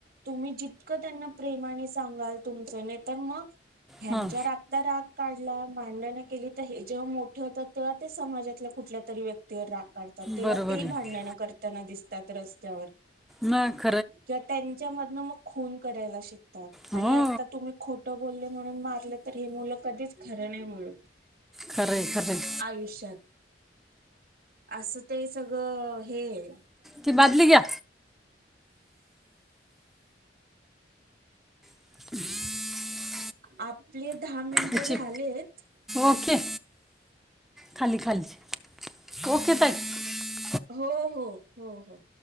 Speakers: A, on the right; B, in the centre.
A: तुम्ही जित कं त्यांना प्रेमाने सांगाल तुमचं नायतर मग ह्यांच्यावर
B: हां
A: आता राग काढला भांडणं केली तर हे जेव्हा मोठे होतात तेव्हा ते समाजातल्या कुठल्या तरी व्यक्तीवर राग काढतात, तेव्हा
B: बरोबर
A: ते
B: आहे
A: भांडणं करताना दिसतात रस्त्यावर.
B: म ख
A: किंवा त्यांच्या मधनं मग खून करायला शिकतात, आणि
B: हो
A: आता तुम्ही खोटं बोलले म्हणून मग मारलं तर हे मुलं कधीच खरं बोलत.
B: खरंय खरंय.
A: आयुष्यात असं ते सगळं हे ए
B: ती बादली घ्या. <unintelligible>
A: आपले दहा मिनिटं
B: याची
A: झालेत.
B: ओके खाली खाली, ओके ताई.
A: हो हो, हो हो.